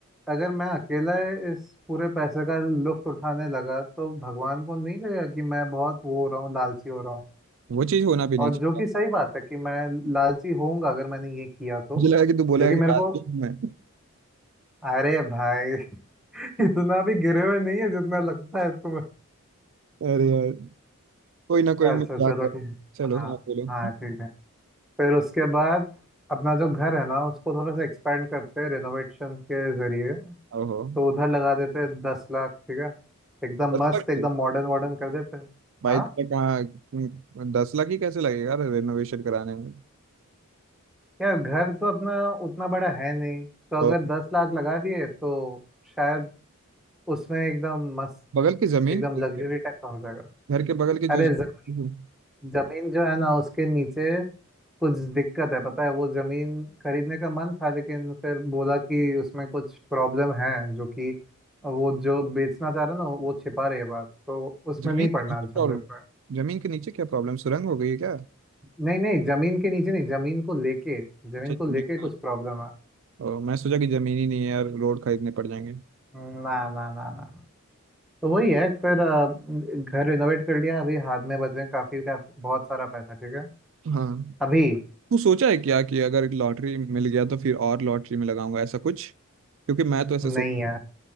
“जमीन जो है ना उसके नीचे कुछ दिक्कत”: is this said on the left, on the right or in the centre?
Centre